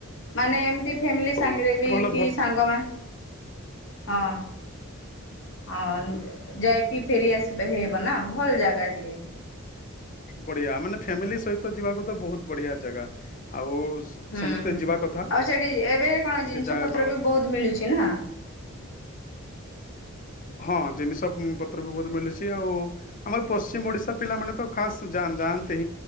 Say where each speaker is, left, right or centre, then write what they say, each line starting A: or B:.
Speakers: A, on the left; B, on the left.
A: ମାନେ ଏମତି ଫାମିଲି
B: ଆଉ
A: ସାଙ୍ଗରେ
B: କଣ
A: ବି
B: ଭଲ
A: କି ସାଙ୍ଗମାନ ହଁ ହଁ ଯାଇକି ଫେରି ଆସିବା ହେଇବ ନା ଭଲ ଜାଗା ଟିଏ।
B: ବଢିଆ ମାନେ ଫ୍ୟାମିଲି ସହିତ ଯିବାକୁ ତ ବହୁତ ବଢିଆ ଜାଗା ଆଉ
A: ହୁଁ
B: ସମସ୍ତେ
A: ହୁଁ
B: ଯିବା କଥା
A: ଆଉ ସେଠି ଏବେ କଣ
B: ସେ
A: ଜିନିଷ
B: ଜାଗାର
A: ପତ୍ର ବି ବହୁତ ମିଳୁଛି ନା
B: ହଁ ଜିନିଷ ପତ୍ର ବି ବହୁତ ମିଲୁଛି, ଆଉ ଆମର ପଶ୍ଚିମ ଓଡିଶା ପିଲାମାନେ ତ ଖାସ ଯାଆନ୍ତି।